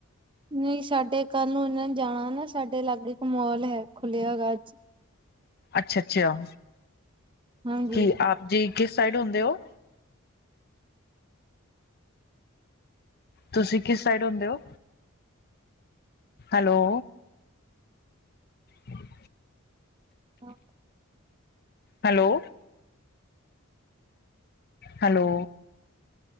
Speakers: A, on the right; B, on the left.
A: ਨਹੀਂ ਸਾਡੇ ਕੱਲ ਨੂੰ ਇਹਨਾਂ ਨੇ ਜਾਣਾ ਨਾ ਸਾਡੇ ਲਾਗੇ ਇੱਕ ਮੋਲ ਹੈ ਖੁੱਲਿਆ ਗਾ ਅੱਜ
B: ਅੱਛਾ, ਅੱਛਾ
A: ਹਾਂਜੀ
B: ਕੀ ਆਪ ਜੀ ਕਿਸ ਸਾਈਡ ਹੁੰਦੇ ਹੋ? ਤੁਸੀਂ ਕਿਸ ਸਾਈਡ ਹੁੰਦੇ ਹੋ ਹੈਲੋ। ਹਮ
A: ਹਾਂ
B: ਹੈਲੋ ਹੈਲੋ